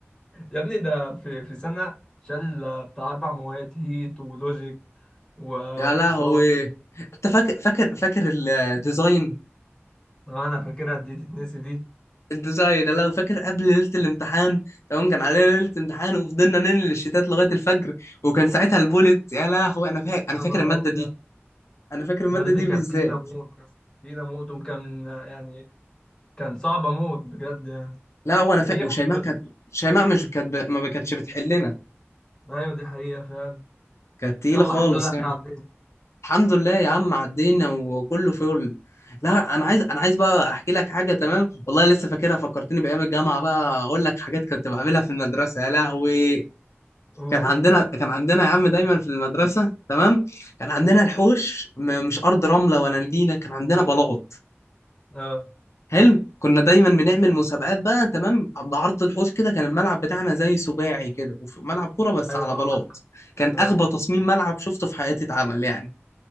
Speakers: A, on the left; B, on the left.
A: يا ابني ده في في سنة شال بتاع أربع مواد هيت ولوجيك واقتصاد
B: يا لهوي انت فاكر فاكر فاكر الديزاين
A: اه، أنا فاكرها دي تتنسي دي
B: الديزاين انا لو فاكر قبل ليله الامتحان تمام كان علينا ليله امتحان وفضلنا ننقل الشتات لغايه الفجر وكان ساعتها البولت يا لهوي انا فاكر انا
A: يا
B: فاكر
A: نهار
B: الماده
A: أبيض
B: دي انا فاكر الماده
A: المادة
B: دي
A: دي كانت
B: بالذات
A: تقيلة موت يا اسطى، تقيلة موت وكان يعني كان صعبة موت بجد يعني
B: لا وانا
A: هي
B: فا... وشيماء
A: واللوجيك
B: كانت شيماء مش كانت ب... ما كانتش بتحلنا
A: أيوة دي حقيقة فعلا
B: كانت تقيله
A: يلا
B: خالص
A: الحمد لله إحنا
B: يعني
A: عدينا
B: الحمد
A: أه
B: لله يا عم عدينا وكله فل لا انا عايز انا عايز بقى احكي لك حاجه تمام والله لسه فاكرها فكرتني بايام الجامعه بقى اقول لك حاجات كنت بعملها في المدرسه يا لهوي
A: أوه.
B: كان عندنا كان عندنا يا عم دايما في المدرسه تمام كان عندنا الحوش م... مش ارض رمله ولا نجيله كان عندنا بلاط
A: أه
B: حلو كنا دايما بنعمل مسابقات بقى تمام عند عرض الحوش كده كان الملعب بتاعنا زي سباعي كده وفي ملعب كوره بس
A: أيوة
B: على بلاط
A: أه
B: كان
A: أه
B: اغبى تصميم ملعب شفته في حياتي اتعمل يعني